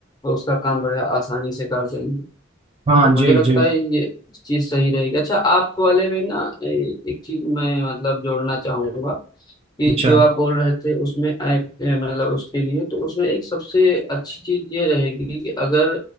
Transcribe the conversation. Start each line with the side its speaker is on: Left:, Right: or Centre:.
Left: उसका काम बड़े आसानी से कर देंगे
Right: हाँ
Left: तो मुझे
Right: जी
Left: लगता
Right: जी
Left: है ये चीज सही रहेगी अच्छा आप वाले में ना ए, एक चीज मैं मतलब जोड़ना चाहूंगा कि
Right: अच्छा
Left: जो आप बोल रहे थे उसमें ऐप ए, मतलब उसके लिए तो उसमें एक सबसे अच्छी चीज ये रहेगी कि अगर